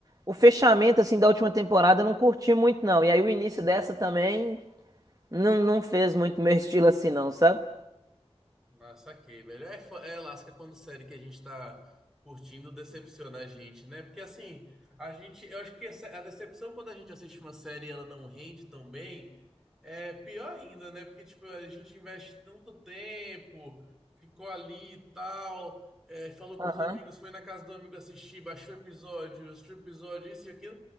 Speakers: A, on the right; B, in the centre.
A: O fechamento assim da última temporada eu não curti muito, não. E aí o início dessa também não, não fez muito meu <laughs> estilo assim, não, sabe?
B: Ah, saquei, velho. É, fo- é lasca quando série que a gente tá curtindo decepciona a gente, né? Porque assim, a gente, eu acho que essa- a decepção quando a gente assiste uma série e ela não rende tão bem, é pior ainda, né? Porque tipo, a gente investe tanto tempo, ficou ali e tal, é, falou
A: Aham.
B: com os amigos, foi na casa do amigo assistir, baixou o episódio, assistiu o episódio, isso e aquilo.